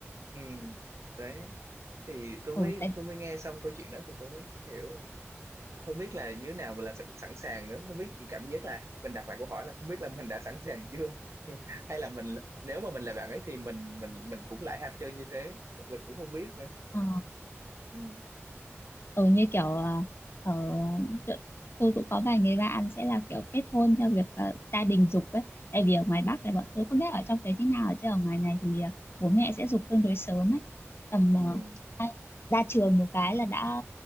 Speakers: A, on the right; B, on the left.
A: ừ. đấy thì tôi
B: ừ
A: mới
B: tại
A: tôi mới nghe xong câu chuyện đó thì tôi mới hiểu không biết là như thế nào mà là sẵn, sẵn sàng nữa không biết cảm giác là mình đặt lại câu hỏi là không biết là mình đã sẵn sàng chưa <laughs> hay là mình nếu mà mình là bạn ấy thì mình mình mình cũng lại ham chơi như thế mình cũng không biết nữa
B: ờ
A: ừ.
B: ừ như kiểu ờ, ở chỗ- tôi cũng có vài người bạn sẽ là kiểu kết hôn theo việc ờ, gia đình giục ấy tại vì ở ngoài Bắc
A: Ừ.
B: này bọn tôi không biết ở trong đấy thế nào chứ ở ngoài này thì ờ, bố mẹ sẽ giục tương đối sớm ấy tầm
A: Ừ.
B: ờ, ai- ra trường một cái là đã